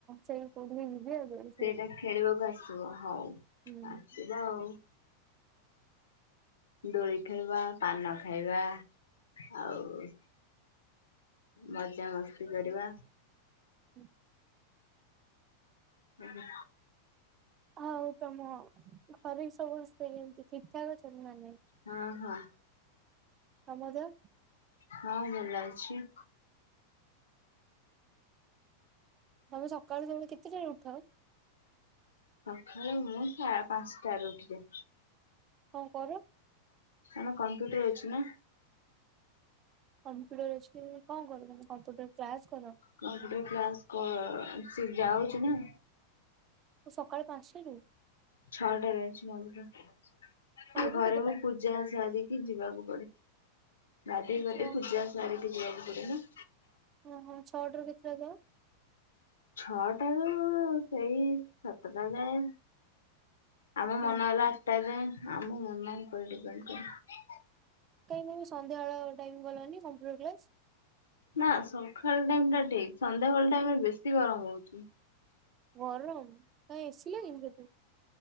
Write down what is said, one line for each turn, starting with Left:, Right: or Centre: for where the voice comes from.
Right: ସେଇ କହୁନି। ଦିଅ ଜଲଦି।
Left: ସେଇଟା ଖେଳିବାକୁ ଆସିବ ହଉ
Right: ହୁଁ
Left: ଆସିବା ଆଉ। ଦୋଳି ଖେଳିବା ପାନ ଖାଇବା ଆଉ। ମଜାମସ୍ତି କରିବା।
Right: ହୁଁ।
Left: ହୁ ହୁ
Right: ହଉ ତମ ଘରେ ବି ସମସ୍ତେ ଏମିତି ଠିକ ଠାକ୍ ଅଛନ୍ତି ନା ନାଇଁ।
Left: ହଁ ହଁ।
Right: ତମ ଦେହ।
Left: ହଁ ଭଲ ଅଛି।
Right: ତମେ ସକାଳୁ ସବୁବେଳେ କେତେଟାରେ ଉଠ।
Left: ସକାଳୁ ମୁଁ ପାଞ୍ଚଟାରେ ଉଠେ।
Right: କଣ କର।
Left: ଆମର କମ୍ପ୍ୟୁଟର ଅଛି ନା।
Right: କମ୍ପ୍ୟୁଟର ଅଛି କଣ କର ମାନେ କମ୍ପ୍ୟୁଟର କ୍ଲାସ କର।
Left: କମ୍ପ୍ୟୁଟର କ୍ଲାସ କରି ଯାଉଛିୁ ନା।
Right: ମୁଁ ସକାଳ ପାଞ୍ଚଟାରୁ।
Left: ଛଅଟାରେ ଅଛି କମ୍ପୁଟର କ୍ଲାସ
Right: ଛଅଟାରୁ
Left: ଘରେ
Right: କେତେଟା
Left: ମୁଁ ପୂଜା ସାରିକି ଯିବାକୁ ପଡେ। କାଲି ଗଲେ
Right: ଛଅ
Left: ପୂଜା ସାରିକି ଯିବାକୁ ପଡିବ।
Right: ଓହୋ ଛଅଟାରୁ କେତେଟା ଯାଅ।
Left: ଛଅଟାରୁ ସେଇ ସାତଟା ଯାଏ। ଆମ ମନ
Right: ହଁ
Left: ହେଲା ଆଠଟା ଯାଏ ଆମ ମନ ଉପରେ ଡିପେଣ୍ଡ କରେ।
Right: କାହିଁକି ସନ୍ଧ୍ୟାବେଳ ଟାଇମ ଗଲନି କମ୍ପୁଟର କ୍ଲାସ।
Left: ନା ସକାଳ ଟାଇମ ଟା ଠିକ ସନ୍ଧ୍ୟାବେଳ ଟାଇମ ବେଶୀ ଗରମ ହଉଛି।
Right: ଗରମ କାହିଁ ଏସି ଲାଗିନିକି ସେଠି।